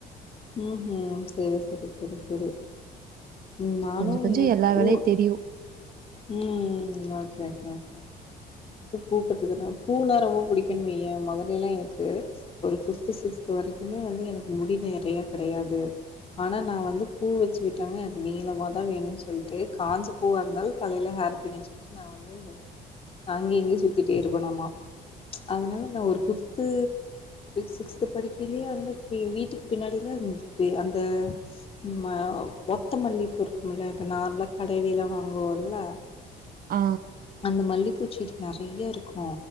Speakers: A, on the left; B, on the right.
A: ம்ஹூம் சரி சரி சரி சரி ம் நானு
B: கொஞ்சோ கொஞ்சோ
A: எனக்கு
B: எல்லா
A: பூ
B: வேலையு தெரியு
A: ம் ஓக்கே அக்கா கா கா எனக்கு பூ கட்றதுனா பூ னா ரொம்ப பிடிக்குன் வையேன் மொதலைல்லா எனக்கு ஒரு பிஃப்த்து சிக்ஸ்த்து வரைக்குமே வந்து எனக்கு முடி நிறைய கிடையாது ஆனா நா வந்து பூ வச்சு விட்டாங்கனா எனக்கு நீளமா தா வேணுன் சொல்ட்டு காஞ்ச பூவா இருந்தாலு தலைல ஹேர் பின் வச்சுட்டு நா வந்து அங்க இங்கயு சுத்திட்டே இருப்பனாமா அதனால நா ஒரு ஃபிஃப்த்து சிக்ஸ்த் படிக்கைலயே வந்து வீ வீட்டுக்கு பின்னாடிலா பெ அந்த ம ஒத்த மல்லி பூ இருக்கும்ல இப்போ நார்மலா கடைலைலா வாங்குவோல் ல
B: ஆ
A: அந்த மல்லிப்பூச்செடி நெறைய இருக்கு